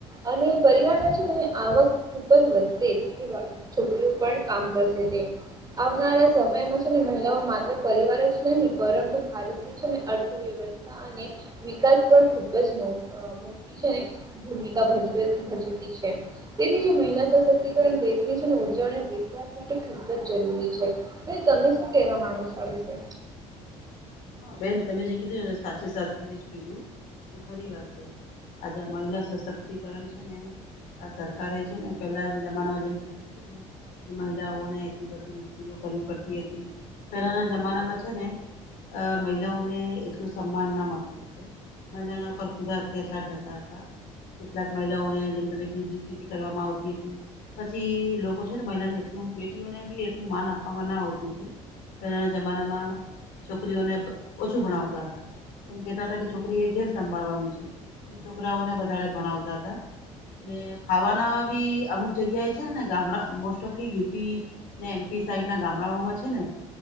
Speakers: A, on the right (about 25°); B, on the left (about 75°).
A: અને પરિવાર ના છે ને. આવક ખુબ જ વધશે છોકરીઓ પણ કામ કરશે તે. આવનારા સમયમાં છે ને મહિલાઓ માત્ર પરિવાર જ નહીં પરંતુ ભારત. અને અર્થવ્યવસ્થા અને વિકાસ પણ ખૂબ જ મો. મોટી છે ને ભૂમિકા ભજ ભજતી છે. તેથી જે મહિલા સશક્તિકરણ દેશની છે અને ઉર્જાઓ વિશ્વા માટે ખૂબ જ જરૂરી છે. ભાઈ તમે શું કેવા માંગો છો આ વિશે.
B: બેન તમે જે કીધું સાચ સા ખરી જ કીધું એ ખરી વાત છે. આજા મહિલા સશક્તિકરણ છે ને. આ સરકારે છે ને પેલા જમાના માં જેઈને તમે કીધું ને. મહિલાઓને એટલી બધી મુશ્કેલી કરવી પડતી હતી પેલાના જમાનામાં છે ને. અ મહિલાઓને એલું સન્માન ના મળતું હતું. મહિનો પર ખુબા અત્યાચાર થતા હતા. કેટલાક મહિલાઓને જેમ તમેુ દધપીતિ કરવામાં આવતી હતી. પછી લોકો છે ને મહિલાને એટ બેઠીઓને બી એટલું માન આપવામાં ના આવતું હતું. પહેણા જમાનામાં. છોકરીઓને ઓછું ભણાવતા હતા એમ કેતા હતા કે છોકરી એ ઘેર સંંભાળવાનું છે. છોકરાઓને વધારે ભણાવતા હતા. ને ખાવાના બી અમુક જગ્યાએ છે ને ગામડા મોસ્ટ ઓફલી યુપી. ને એમપી સાઈડ ના ગામડાઓમાં છે ને